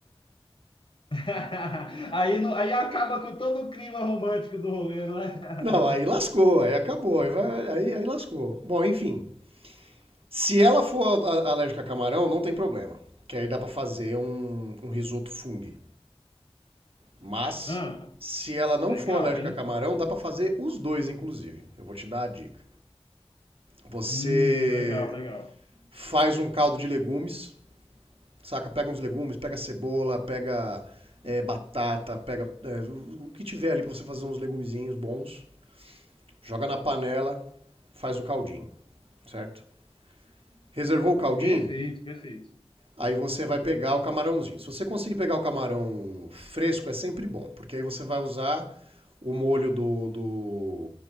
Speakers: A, on the left (about 60°); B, on the right (about 65°).
A: <laughs> Aí, não- aí acaba com todo o clima romântico do rolê, não é? <laughs>
B: Não, aí lascou, aí acabou, aí vai- aí, aí lascou. Bom, enfim. Se ela for alérgica a camarão, não tem problema. Que aí dá pra fazer um, um risoto fungo. Mas,
A: Ah,
B: se ela não
A: legal,
B: for alérgica
A: hein?
B: a camarão, dá para fazer os dois, inclusive. Eu vou te dar a dica. Você
A: Hum, legal, legal.
B: faz um caldo de legumes, saca? Pega uns legumes, pega cebola, pega é, batata, pega é, o que tiver ali para você fazer uns legumezinhos bons. Joga na panela, faz o caldinho, certo? Reservou o caldinho?
A: Perfeito, perfeito.
B: Aí você vai pegar o camarãozinho. Se você conseguir pegar o camarão fresco, é sempre bom, porque aí você vai usar o molho do. do